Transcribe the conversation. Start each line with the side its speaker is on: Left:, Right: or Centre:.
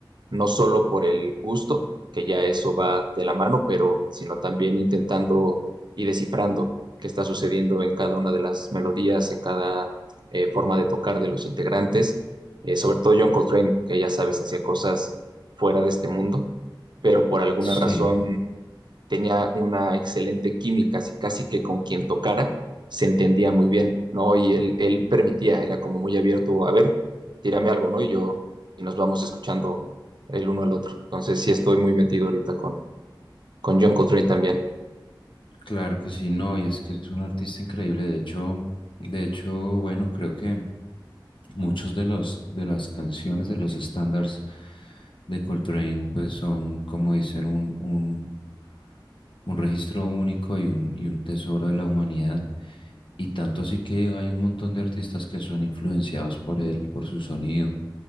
Right: no solo por el gusto, que ya eso va de la mano, pero sino también intentando y descifrando qué está sucediendo en cada una de las melodías, en cada eh, forma de tocar de los integrantes. Eh, sobre todo John Coltrane, que ya sabes, hacía cosas fuera de este mundo, pero por alguna
Left: sí.
Right: razón tenía una excelente química, así casi que con quien tocara se entendía muy bien, ¿no? Y él, él permitía, era como muy abierto, a ver, tírame algo, ¿no? Y yo, y nos vamos escuchando el uno al otro. Entonces sí estoy muy metido ahorita con, con John Coltrane también.
Left: Claro que sí, no, y es que es un artista increíble. De hecho, de hecho, bueno, creo que Muchos de los de las canciones de los estándares de Coltrane pues son como dicen un, un, un registro único y un, y un tesoro de la humanidad y tanto así que hay un montón de artistas que son influenciados por él, por su sonido,